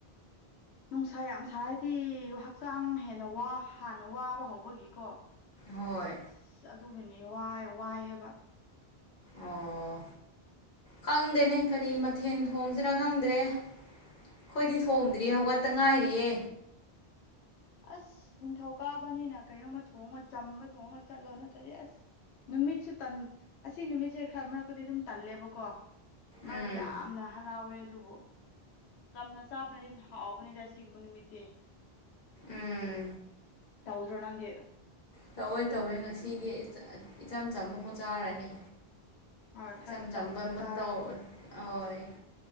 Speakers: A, on the left; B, on the left.
A: ꯅꯨꯡꯁꯥ ꯌꯥꯝ ꯁꯥꯔꯗꯤ ꯍꯛꯆꯥꯡ ꯍꯦꯟꯅ ꯍꯥꯟꯅ ꯋꯥꯕ ꯍꯧꯕꯒꯤꯀꯣ
B: ꯍꯣꯏ
A: ꯑꯁ ꯑꯗꯨ ꯍꯅꯏ ꯋꯥꯏꯑꯦꯕ
B: ꯑꯣ ꯈꯪꯗꯦꯅꯦ ꯀꯔꯤ ꯃꯊꯦꯜ ꯊꯣꯡꯁꯤꯔꯥ ꯈꯪꯗ꯭ꯔꯦ ꯑꯩꯈꯣꯏꯗꯤ ꯊꯣꯡꯗ꯭ꯔꯤ ꯍꯧꯒꯠꯇ ꯉꯥꯏꯔꯤꯌꯦ
A: ꯑꯁ ꯅꯤꯡꯊꯧ ꯀꯥꯕꯅꯤꯅ ꯀꯩꯅꯣꯝꯃ ꯊꯣꯡꯉꯒ ꯆꯝꯕ ꯊꯣꯡꯉꯒ ꯆꯠꯂꯣ ꯅꯠꯇ꯭ꯔꯗꯤ ꯑꯁ ꯅꯨꯃꯤꯠꯁꯨ ꯇꯟ ꯑꯁꯤ ꯅꯨꯃꯤꯠꯁꯦ ꯈꯔ ꯃꯔꯛꯇꯗꯤ ꯑꯗꯨꯝ ꯇꯜꯂꯦꯕꯀꯣ ꯃꯔꯗꯤ
B: ꯎꯝ
A: ꯌꯥꯝꯅ ꯍꯔꯥꯎꯋꯦ ꯑꯗꯨꯕꯨ ꯁꯝ ꯅ ꯆꯞꯅꯗꯤ ꯍꯥꯎꯑꯣꯕꯅꯦ ꯇꯁꯤ ꯃ ꯅꯨꯃꯤꯇ
B: ꯎꯝ
A: ꯇꯧꯗ꯭ꯔꯣ ꯅꯪꯗꯤ
B: ꯇꯧꯋꯦ ꯇꯧꯋꯦ ꯉꯁꯤꯗꯤ ꯏꯆꯝ ꯆꯝꯕ ꯑꯃꯨꯛ ꯆꯥꯔꯅꯤ
A: ꯍꯣꯏ ꯈꯔ
B: ꯏꯆꯝ
A: ꯆꯝꯕ
B: ꯑꯃ
A: ꯆꯥꯔꯣꯏ
B: ꯇꯧ ꯍꯣꯏ